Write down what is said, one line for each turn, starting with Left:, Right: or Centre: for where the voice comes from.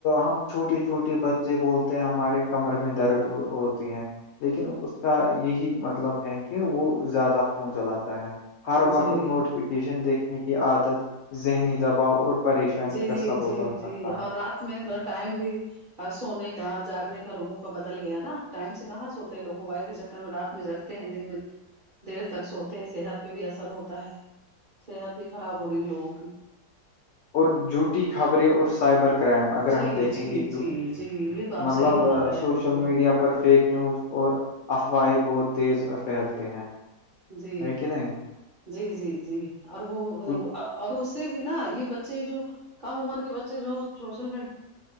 Left: ہم چھوٹے چھوٹے بچے بولتے ہیں ہمارے کمر میں درد ہو ہیں لیکن اس کا یہی مطلب ہے کہ وہ زیادہ فون چلاتا ہے ہر
Right: جی
Left: وقت نوٹیفیکیشن دیکھنے کی عادت ذہنی دباؤ اور پریشانی کا
Right: جی
Left: سبب
Right: جی
Left: بن
Right: جی
Left: سکتا ہے
Right: اور رات میں تو ٹائم بھی اور سونے کہ جاگنے کا لوگوں کا بدل گیا نا ٹائم سے کہاں سوتے ہیں لوگ موبائل کے چکر میں رات میں جگ تے ہیں دن میں دیر تک سوتے ہیں صحت پہ بھی اثر ہوتا ہے صحت بھی خراب ہو رہی ہے لوگوں کی
Left: اور جھوٹی خبریں اور سائبر کرائم
Right: جی
Left: اگر ہم دیکھیں
Right: جی
Left: گے
Right: جی
Left: تو
Right: جی یہ تو آپ
Left: مطلب
Right: صحیح بتا رہے ہیں
Left: سوشل
Right: بالکل
Left: میڈیا پر فیک نیوز اور افواہیں بہت تیز پھیلتے ہیں
Right: جی
Left: ہے کہ نہیں
Right: جی جی جی اور وہ ا
Left: کچھ
Right: اور اس سے بھی نا یہ بچے جو کم عمر کے بچے جو سوشل میڈ